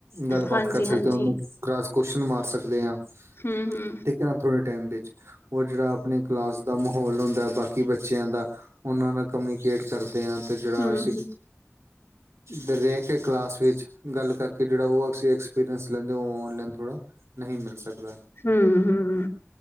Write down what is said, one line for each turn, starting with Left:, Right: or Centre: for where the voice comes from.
Right: ਗੱਲਬਾਤ
Left: ਹਾਂਜੀ
Right: ਕਰ ਸਕਦੇ
Left: ਹਾਂਜੀ
Right: ਹਾਂ, ਉਹਨੂੰ ਕਲਾਸ ਕੁਸ਼ਚਨ ਮਾਰ ਸਕਦੇ ਹਾਂ।
Left: ਹੂੰ-ਹੂੰ।
Right: ਠੀਕ ਥੋੜੇ ਟਾਈਮ ਵਿੱਚ, ਉਹ ਜਿਹੜਾ ਆਪਣੇ ਕਲਾਸ ਦਾ ਮਾਹੌਲ ਹੁੰਦਾ ਬਾਕੀ ਬੱਚਿਆਂ ਦਾ, ਉਹਨਾਂ ਨਾਲ ਕਮਿਊਨੀਕੇਟ ਕਰਦੇ ਹਾਂ ਤੇ ਜਿਹੜਾ
Left: ਹੂੰ
Right: ਅਸੀਂ ਫੇਰ ਏਹ ਆ ਕਲਾਸ ਵਿੱਚ ਗੱਲ ਕਰਕੇ ਜਿਹੜਾ ਉਹ ਅਸੀਂ ਐਕਸਪੀਰੀਅੰਸ ਲੈਂਦੇ, ਉਹ ਔਨਲਾਈਨ ਥੋੜ੍ਹਾ ਨਹੀਂ ਮਿਲ ਸਕਦਾ।
Left: ਹਮ ਹਮ।